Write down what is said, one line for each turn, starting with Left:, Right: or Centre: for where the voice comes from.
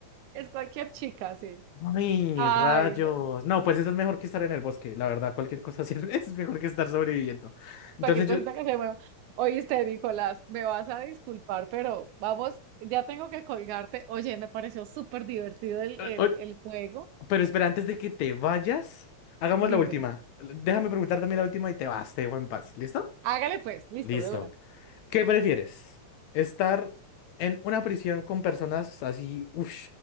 Right: es cualquier chica, sí.
Left: Ay,
Right: Ay,
Left: rayos.
Right: no,
Left: No, pues eso es mejor que estar en el bosque, la verdad. Cualquier cosa así <laughs> es mejor que estar sobreviviendo. Entonces
Right: cualquier cosita
Left: yo...
Right: que se mueva. Oíste, Nicolás, me vas a disculpar, pero vamos, ya tengo que colgarte. Oye, me pareció súper divertido el,
Left: eh,
Right: el,
Left: eh,
Right: el juego.
Left: Pero espera, antes de que te vayas, hagamos
Right: Dime,
Left: la última. Déjame preguntar también la última y te vas, te dejo en paz. ¿Listo?
Right: hágale pues, listo,
Left: Listo.
Right: de una.
Left: ¿Qué prefieres? ¿Estar en una prisión con personas así, uff,